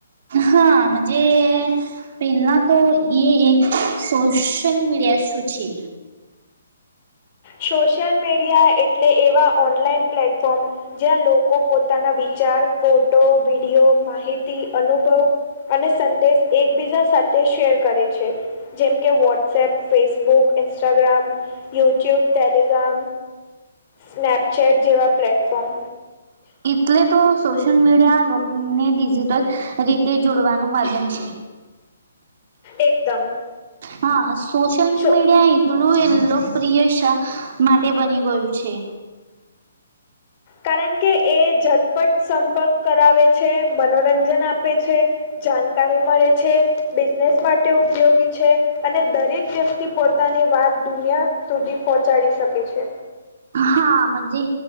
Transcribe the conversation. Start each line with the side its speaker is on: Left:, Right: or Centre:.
Right: હા મજે પેલા તો એ એક સોશિયલ મીડિયા શું છે?
Left: સોશિયલ મીડિયા એટલે એવા ઓનલાઈન પ્લેટફોર્મ જ્યાં લોકો પોતાના વિચાર, ફોટો, વિ તીયો માહિતી, અનુભવ અને સંદેશ એકબીજા સાથે શેર કરે છે. જેમ કે WhatsApp, Facebook, Instagram, YouTube, Telegram. Snapchat જેવા પ્લેટફોર્મ
Right: હવે તો સોશિયલ મીડિયા લોકને ડિજિટલ રીતે જોડવાનું માધ્યમ છે.
Left: એકદમ.
Right: હા સોશિયલ
Left: સો
Right: મીડિયા એટલું એ લોકપ્રિય માટે બની ગયું છે.
Left: કારણ કે એ ઝટપટ સંપર્ક કરાવે છે, મનોરંજન આપે છે. જાનકારી મળે છે, બિઝનેસ માટે ઉપયોગી છે, અને દરેક વ્યક્તિ પોતાની વાત દુનિયા સુધી પહોંચાડી શકે છે.
Right: હા મજે